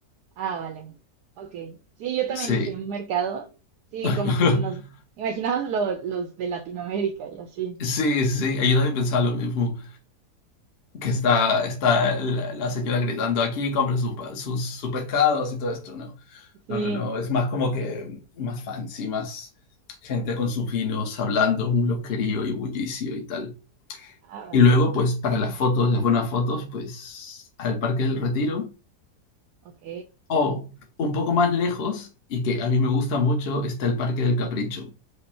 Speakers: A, on the right; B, on the left.
A: Ah, vale, ok. Sí, yo también
B: Sí,
A: dije un mercado, sí,
B: <laughs>
A: como que nos imaginamos lo- los de Latinoamérica y así.
B: sí, sí, ahí yo también pensaba lo mismo. que está, está la, la señora gritando aquí, compre sus, sus, sus pescados y todo esto, ¿no?
A: Sí,
B: No, no, no, es más como que más fancy, más gente con sus vinos hablando, un loquerío y bullicio y tal.
A: ah, vale,
B: Y luego, pues para las fotos, las buenas fotos, pues al Parque del Retiro
A: ok.
B: o un poco más lejos y que a mí me gusta mucho está el Parque del Capricho,